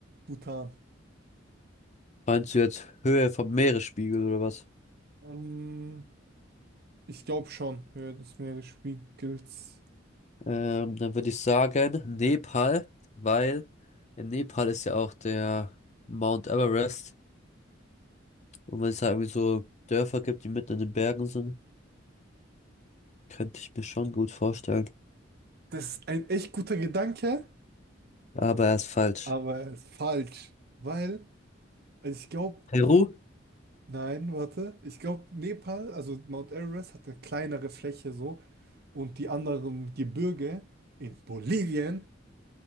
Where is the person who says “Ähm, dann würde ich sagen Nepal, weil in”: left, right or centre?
Left